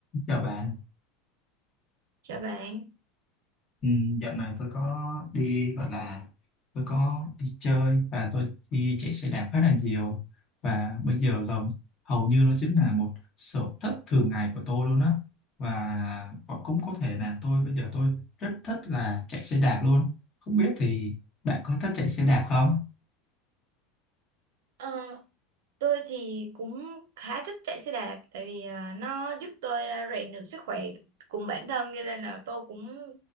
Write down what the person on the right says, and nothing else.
Chào bạn,
Ờ, tôi thì cũng khá thích chạy xe đạp tại vì à, nó giúp tôi à, rèn được sức khỏe cùng bản thân cho nên là tôi cũng